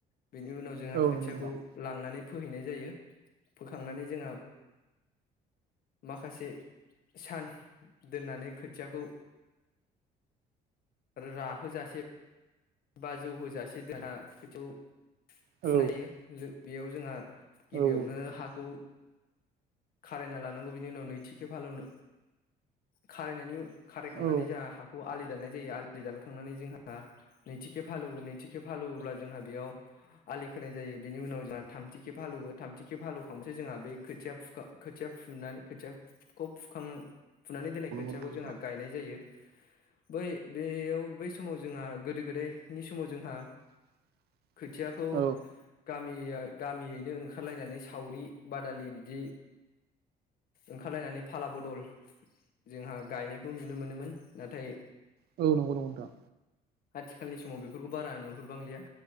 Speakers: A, on the left; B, on the right.
A: बेनि उनाव जोंहा खोथियाखौ
B: नंगौ नंगौ नोंथां
A: लांनानै फोहैनाय जायो। फोखांनानै जोंहा माखासे सान दोननानै खोथियाखौ राहोजासे बाजौ होजासे दाना खोथियाव
B: औ
A: फुनाय होयो बेयाव जोंहा गिबियावनो
B: औ
A: हाखौ खारायना लानांगौ बिनि उनाव नैथिखे फालवनो खारायनायनि खारायखांनानै
B: औ
A: जोंहा हाखौ आलि दानाय जायो आलि दानखांनानै जोंहा नैथि खेब हालौवो नैथिखेब गालौवोब्ला जोंहा बेयाव आलि खोनाय जायो बिनि उनाव जोंहा थामथि खेब हालौवो थामथि खेब हालौवखांबाथाय जोंहा बे खोथिया खोथिया फुनानै खोथियाखौ फुखां फुनानै दोननाय खोथियाखौ
B: नंगौ नंगौ
A: जोंहा
B: नोंथां
A: गायनाय जायो। बै बेयाव बै समाव जोंहा गोदो गोदायनि समाव जोंहा
B: <inaudible>
A: खोथियाखौ
B: औ
A: गामि गामियैनो ओंखारलायनानै सावरि बादालि बिदि ओंखारलायनानै फाला बदल जोंहा गायनायखौ नुनो मोनोमोन नाथाय
B: औ नंगौ नंगौ नोंथां
A: आथिखालनि समाव बेफोरखौ बारा नुहुरबांलिया